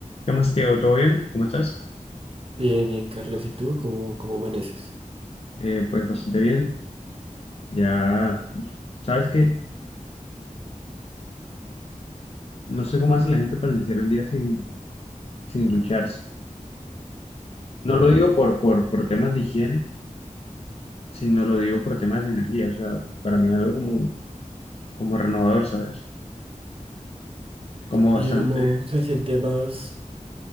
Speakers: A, on the left (about 45°); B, on the right (about 45°).
A: ¿Qué más, Tiago? ¿Todo bien? ¿Cómo estás?
B: Bien, bien, Carlos. ¿Y tú cómo, cómo amaneces?
A: Eh, pues bastante bien. Ya, uf, sabes que no sé cómo hace la gente para iniciar el día sin, sin ducharse. No lo digo por, por, por temas de higiene, sino lo digo por temas de energía. O sea, para mí es algo como, como renovador, ¿sabes? Como bastante.
B: Y uno se siente más,